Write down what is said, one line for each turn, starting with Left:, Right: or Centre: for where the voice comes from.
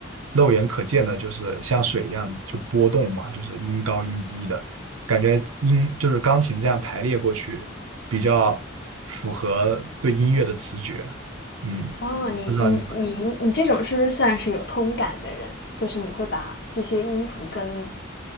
Right: 肉眼可见的，就是像水一样就波动嘛，就是音高音低的。感觉音就是钢琴这样排列过去，比较符合对音乐的直觉。嗯，
Left: 哇，你你你你这种是不是算是有通感的人？
Right: 不知道你
Left: 就是你会把这些音符跟